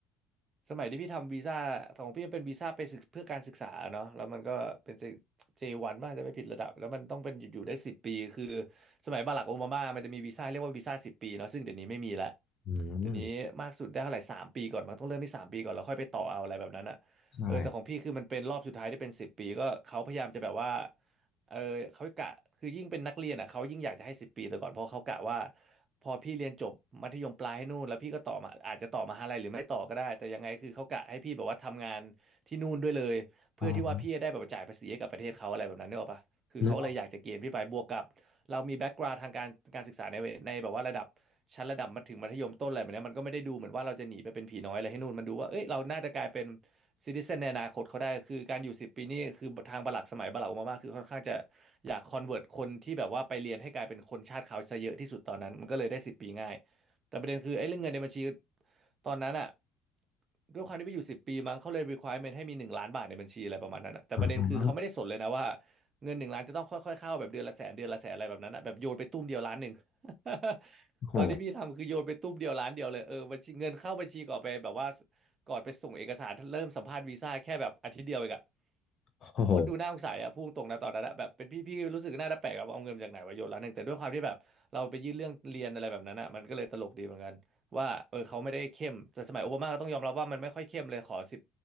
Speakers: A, on the right (about 30°); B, on the left (about 35°).
A: สมัยที่พี่ทำวีซ่าของพี่มันเป็นวีซ่าไปศึกเพื่อการศึกษาเนาะแล้วมันก็เป็นเจวันมากจะไม่ผิดระดับแล้วมันต้องเป็นอยู่อยู่ได้สิบปีคือสมัยบารักโอบามามันจะมีวีซ่าเรียกว่าวีซ่าสิบปีเนาะซึ่งเดี๋ยวนี้ไม่มีแล้ว
B: อืม
A: เดี๋ยวนี้มากสุดได้เท่าไหร่สามปีก่อนมันต้องเริ่มที่สามปีก่อนแล้วค่อยไปต่อเอาอะไรแบบนั้นอะเออแต่ของพี่คือมันเป็นรอบสุดท้ายได้เป็นสิบปีก็เขาพยายามจะแบบว่า
B: ใช่
A: เออเขากะคือยิ่งเป็นนักเรียนอ่ะเขายิ่งอยากจะให้สิบปีแต่ก่อนเพราะเขากะว่าพอพี่เรียนจบมัธยมปลายให้นู่นแล้วพี่ก็ต่อมาอาจจะต่อมหาลัยหรือไม่ต่อก็ได้แต่ยังไงคือเขากะให้พี่แบบว่าทำงานที่นู่นด้วยเลยเพื่อที่ว่าพี่จะได้แบบจ่ายภาษีให้กับประเทศเขาอะไรแบบนั้นนึกออกปะคือเขาเลยอยากจะเกณฑ์พี่ไปบวกกับเรามีแบ็กกราวด์ทางการการศึกษาในในแบบว่าระดับชั้นระดับมาถึงมัธยมต้นอะไรแบบเนี้ยมันก็ไม่ได้ดูเหมือนว่าเราจะหนีไปเป็นผีน้อยอะไรให้นู่นมันดูว่าเอ้ยเราน่าจะกลายเป็น
B: อ่านึกออก
A: ซิติเซนในอนาคตเขาได้คือการอยู่สิบปีนี่คือทางบรัคสมัยบรัคโอบามาคือค่อนข้างจะอยากคอนเวิร์ตคนที่แบบว่าไปเรียนให้กลายเป็นคนชาติเขาวซะเยอะที่สุดตอนนั้นมันก็เลยได้สิบปีง่ายแต่ประเด็นคือไอ้เรื่องเงินในบัญชีตอนนั้นอะด้วยความที่ไปอยู่สิบปีมั้งเขาเลย requirement ให้มีหนึ่งล้านบาทในบัญชีอะไรประมาณนั้นอะแต่ประเด็นคือเขาไม่ได้สนเลยนะว่า
B: แล้ว
A: เงินหนึ่งล้านจะต้องค่อยๆเข้าแบบเดือนละแสนเดือนละแสนอะไรแบบนั้นอะแบบโยนไปตุ้มเดียวล้านหนึ่ง <laughs>
B: โ
A: ตอนที่พี่ทำคือโยนไปตุ้มเดียวล้านเดียวเลยเออบัญชีเงินเข้าบัญชีก่อนไปแบบว่า ก่อนไปส่งเอกสาร เริ่มสัมภาษณ์วีซ่าแค่แบบอาทิตย์เดียวเองอะ
B: หโห
A: โคตรดูน่าสงสัยอะพูดตรงนะตอนนั้นอะแบบเป็นพี่พี่รู้สึกน่าจะแปลกอะว่าเอาเงินมาจากไหนวะโยนล้านหนึ่งแต่ด้วยความที่แบบเราไปยื่นเรื่องเรียนอะไรแบบนั้นอะมันก็เลยตลกดีเหมือนกันว่าเออเขาไม่ได้เข้มแต่สมัยโอบามาก็ต้องยอมรับว่ามันไม่ค่อยเข้มเลยขอสิบ